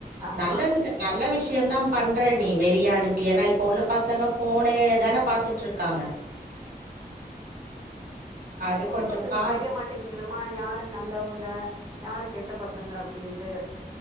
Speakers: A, on the right; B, on the right.
A: ஆமா
B: நல்லது த நல்ல விஷியோந்தா பண்ற நீ வெளியே அனுப்பி ஏனா இப்ப உள்ள பசங்க போனே தானே பாத்துட்டுருக்காங்க அது
A: குட்டி
B: கொஞ்சோ
A: பசங்ளுக்கு
B: பா
A: தெரிய மாட்டேக் <unintelligible> யாரு நல்லவங்க யாரு கெட்ட பசங்க அப்டின்ட்டு